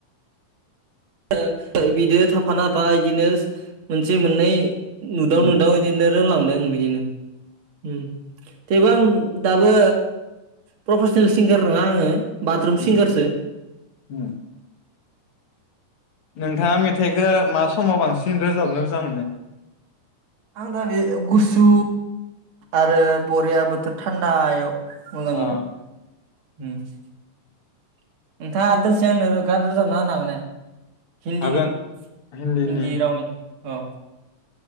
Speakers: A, on the right; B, on the left.
A: <unintelligible> बिदो थाफाना बिदिनो मोनसे मोननै नुदाव
B: उम
A: नुदाव एदिनो रोंलांदों बिदिनो उम थेवबो आं दाबो प्रफेसनेल सिंगार नङा आङो बाथरुम
B: उम
A: सिंगारसो
B: उम नोंथाङा मेथाइखो मा समाव बांसिन रोजाबनो मोजां मोनो?
A: आं दा बे गुसु आरो बरिया बोथोर थान्दायाव <unintelligible> उम नोंथाङा
B: अ
A: दोंसै आंनो रोजाबना होनो हागोन ना हाया? हिन्दीनि
B: हागोन हिन्दीनि
A: हिन्दी रावनि औ।